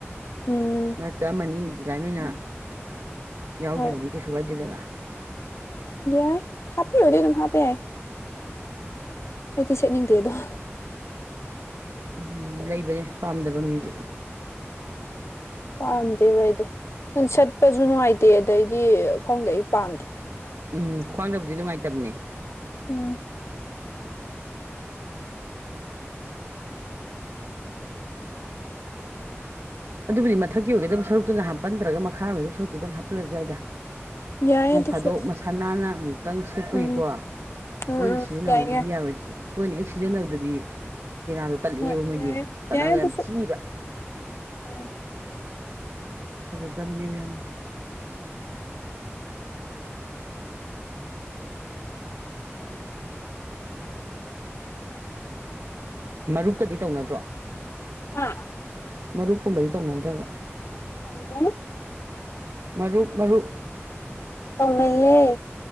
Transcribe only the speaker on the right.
ꯃꯔꯛꯇ ꯑꯃꯅꯤ ꯗꯤꯖꯥꯏꯟ ꯑꯣꯏꯅ ꯌꯥꯎꯈꯤꯕꯗꯤ
ꯀꯩꯁꯨ ꯀꯥꯏꯗꯦꯗꯅ
ꯎꯝ ꯂꯩꯕꯅꯦ ꯄꯥꯝꯗꯕ ꯃꯤꯁꯨ
ꯎꯝ ꯈ꯭ꯋꯥꯡꯗꯕꯨꯗꯤ ꯅꯨꯡꯉꯥꯏꯇꯕꯅꯦ
ꯑꯗꯨꯕꯨꯗꯤ ꯃꯊꯛꯀꯤ ꯑꯣꯏꯒꯗꯕ ꯁꯔꯨꯛꯇꯨꯅ ꯍꯥꯞꯍꯟꯗ꯭ꯔꯥꯒ ꯃꯈꯥ ꯑꯣꯏ <unintelligible> ꯁꯔꯨꯛꯇꯨꯗ ꯑꯗꯨꯝ ꯍꯥꯞꯍꯜꯂꯁꯨ ꯌꯥꯏꯗ
ꯅꯣꯡ
ꯐꯗꯣꯛ ꯃꯁꯥ ꯅꯥꯟꯅ ꯎꯝ ꯑꯝꯇꯪ ꯁꯦꯠꯄꯒꯤꯀꯣ
ꯇꯣꯏꯅ ꯁꯤꯖꯤꯟꯅꯕꯕꯨꯗꯤ
ꯌꯥꯔꯣꯏ ꯇꯣꯏꯅ ꯍꯦꯛ ꯁꯤꯖꯤꯟꯅꯕꯗꯗꯤ ꯀꯦꯔꯥꯗꯣ ꯇꯠꯂꯛꯑꯦꯕ
ꯃꯣꯏꯗꯤ ꯇꯠꯂꯒ
ꯌꯥꯝ ꯊꯤꯕ
ꯐꯖꯗꯝꯅꯦꯕ ꯌꯥꯝꯅ ꯃꯔꯨꯞꯀꯗꯤ ꯇꯧꯅꯗ꯭ꯔꯣ
ꯃꯔꯨꯞ ꯀꯨꯝꯕꯗꯤ ꯇꯧꯅꯗ꯭ꯔꯥꯕ?
ꯃꯔꯨꯞ ꯃꯔꯨꯞ